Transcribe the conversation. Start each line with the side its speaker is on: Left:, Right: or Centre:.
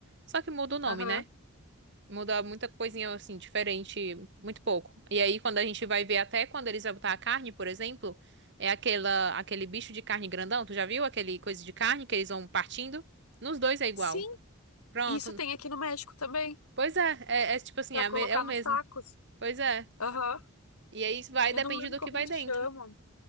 Right: só que muda o nome,
Left: Aham.
Right: né? Muda muita coisinha assim, diferente, muito pouco. E aí, quando a gente vai ver até quando eles vão botar a carne, por exemplo, é aquela, aquele bicho de carne grandão. Tu já viu aquele coisa de carne que eles vão partindo? Nos dois é igual.
Left: Sim,
Right: Pronto.
Left: isso tem aqui no México também,
Right: Pois é, é, é tipo assim,
Left: pra
Right: é, a
Left: colocar
Right: me- é o mesmo.
Left: nos tacos.
Right: Pois é.
Left: Aham.
Right: E aí isso vai,
Left: Eu
Right: depende
Left: não lembro
Right: do
Left: como
Right: que vai
Left: eles
Right: dentro.
Left: chamam.